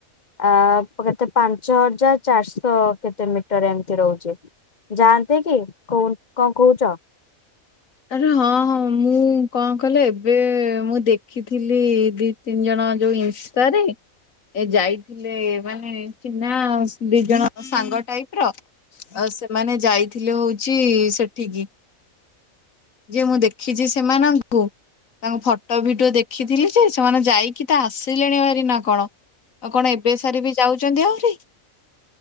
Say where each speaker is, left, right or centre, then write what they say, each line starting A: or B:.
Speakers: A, on the left (about 35°); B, on the left (about 70°).
A: ଆ- କେତେ ପାଞ୍ଚ ହଜାର ଚାରିଶ୍ କେତେ ମିଟର ଏମିତି ରହୁଚି। ଯାଆନ୍ତେ କି କୋ- କଣ୍ କହୁଚ?
B: ଆରେ ହଁ -ହଁ ମୁଁ କଣ କଲେ ଏବେ ମୁଁ ଦେଖିଥିଲି ଦି ତିନି ଜଣ ଯଉ ଇନ୍ଷ୍ଟା ରେ ଏ ଯାଇଥିଲେ ମାନେ ଚିହ୍ନା ଦି ଜଣ ସାଙ୍ଗ ଟାଇପ୍ ର ଆଉ ସେମାନେ ଯାଇଥିଲେ ହଉଚି ସେଠିକି। ଯେ ମୁଁ ଦେଖିଚି ସେମାନଙ୍କୁ। ତାଙ୍କ ଫଟୋ ଭିଡିଓ ଦେଖିଥିଲି ଯେ ସେମାନେ ଯାଇକି ତ ଆସିଲେଣି ଭାରି ନା କଣ। ଆଉ କଣ ଏବେ ସାରି ବି ଯାଉଚନ୍ତି ଆହୁରି।